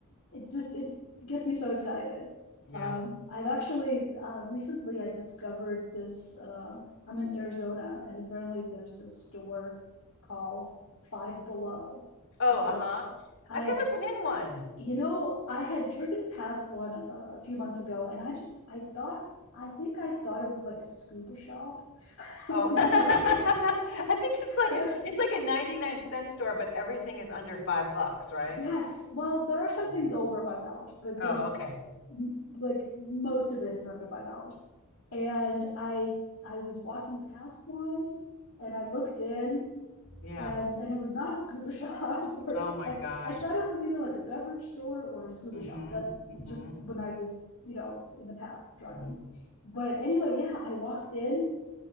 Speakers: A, on the left (about 80°); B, on the left (about 65°).
A: it. Just it gets me so excited.
B: yeah.
A: Um, I've actually uh, recently I discovered this. Uh, I'm in Arizona, and apparently there's this store called Five Below,
B: Oh,
A: which
B: uh-huh.
A: I
B: I've
A: had
B: never been in one.
A: you know, I had driven past one a, a few months ago, and I just I thought I think I thought it was like a scuba shop, <laughs>
B: Oh,
A: you
B: <laughs> I
A: know.
B: think it's like
A: <laughs>
B: a it's like a 99 cent store, but everything is under five bucks, right?
A: Yes, well, there are some
B: Oh,
A: things
B: my-
A: over five dollars, but
B: oh,
A: there's
B: okay.
A: like most of it is under five dollars. And I I was walking past one and I looked in
B: Yeah.
A: and and it was not a scuba <laughs> shop or
B: Oh my
A: I,
B: gosh.
A: I thought it was either like a beverage store or a scuba
B: Mm-hmm.
A: shop that
B: Mm-hmm.
A: just when I was you know in the past driving
B: hmm
A: but anyway yeah I walked in